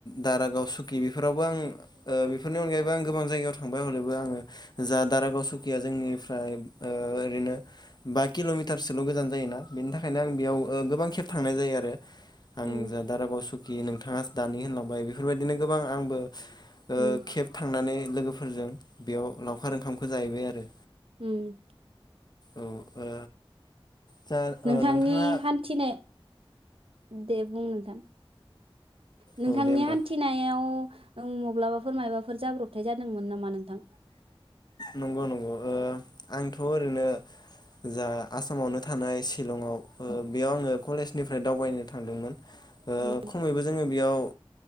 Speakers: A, on the left; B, on the right.
A: दारागाव सुकि बेफोरावबो आं ओ बेफोरनि अनगायैबो आं गोबां जायगायाव थांबाय हलेबो आङो जा दारागाव सुकिया जोंनिफ्राय ओरैनो बा किलमिटारसोल गोजान जायोना बेनि थाखायनो आं बेयाव गोबां खेब थांनाय जायो आरो आं
B: उम
A: जा दारागाव सुक <unintelligible> दानि होनलांबाय बेफोरबायदिनो गोबां आं ओ ओ
B: उम
A: खेब थांनानै लोगोफोरजों बेयाव लावखार ओंखामखौ जाहैबाय आरो
B: उम
A: औ ओ जा
B: नोंथांनि
A: ओ नोंथाङा
B: हान्थिनाय दे बुं नोंथां नोंथांनि
A: औ दे होमबा
B: हान्थिनायाव नों माब्लाबाफोर मायबाफोर जाब्रबथाय जादोंमोन नामा नोंथां?
A: नंगौ नंगौ ओ आंथ ओरैनो जा आसामावनो थानाय शिलंआव बेयाव आङो कलेजनिफ्राय दावबायनो थांदोंमोन
B: उम
A: खमैबो जोङो बेयाव